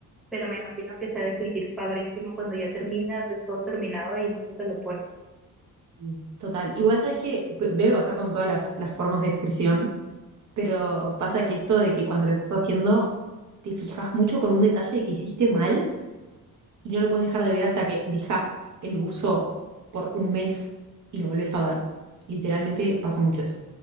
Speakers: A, in the centre; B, on the right.
A: Pero me imagino que se ha de sentir padrísimo cuando ya terminas, ves todo terminado e incluso te lo pones.
B: Y Total. Igual sabes que debe pasar con todas las, las formas de expresión, pero pasa que esto de que cuando lo estás haciendo te fijas mucho con un detalle que hiciste mal y no lo puedes dejar de ver hasta que dejas el buzo por un mes y lo volvés a ver. Literalmente pasa mucho eso.